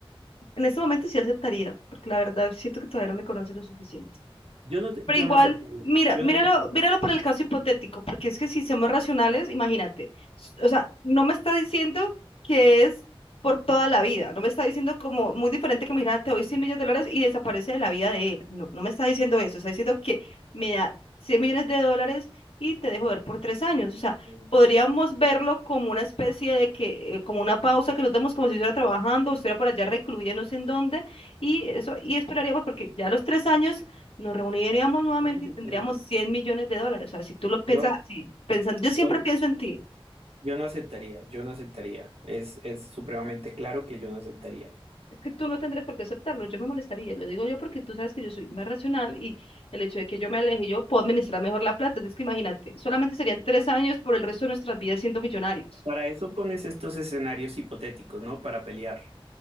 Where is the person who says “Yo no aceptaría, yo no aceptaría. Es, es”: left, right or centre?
Right